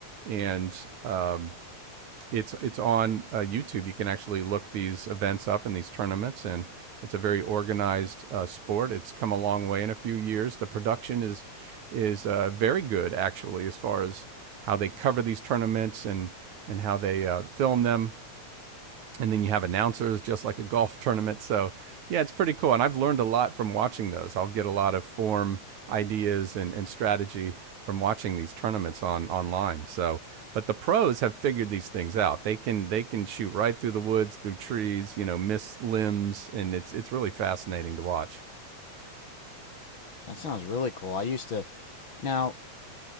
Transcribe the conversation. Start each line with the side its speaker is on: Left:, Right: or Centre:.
Right: and um, it's it's on uh, YouTube. You can actually look these events up and these tournaments, and it's a very organized uh, sport. It's come a long way in a few years. The production is is uh, very good actually, as far as how they cover these tournaments and and how they uh, film them and then you have announcers just like a golf <laughs> tournament so yeah it's pretty cool and i've learned a lot from watching those i'll get a lot of form ideas and, and strategy from watching these tournaments on online so but the pros have figured these things out they can they can shoot right through the woods through trees you know miss limbs and it's it's really fascinating to watch
Left: That sounds really cool. I used to now